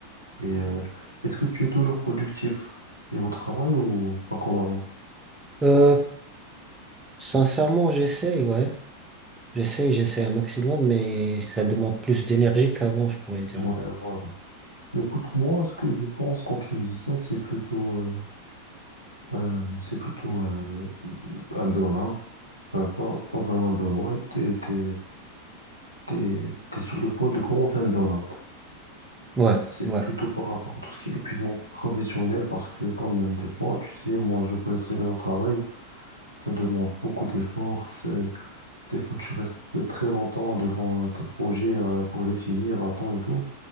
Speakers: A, on the left (about 85°); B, on the right (about 15°).
A: et, euh, est-ce que tu es toujours productif niveau travail ou pas comme avant?
B: Euh, sincèrement, j'essaye, ouais. J'essaye, j'essaye un maximum, mais ça demande plus d'énergie qu'avant, je pourrais dire.
A: Ouais, voilà. Mais écoute, moi, ce que je pense quand tu me dis ça, c'est plutôt euh, Euh, c'est plutôt euh, un burn-out. Enfin, pas, pas vraiment un burn-out. Ouais, T'es, t'es, t'es- t'es sur le point de commencer un burn-out.
B: Ouais,
A: C'est
B: ouais,
A: plutôt par rapport à tout ce qui est épuisement professionnel parce que quand même, des fois, tu sais, moi, je connais très bien mon travail. Ça demande beaucoup d'efforts. c'est- Des fois, tu restes très longtemps devant euh, tes projets euh, pour les finir à temps et tout.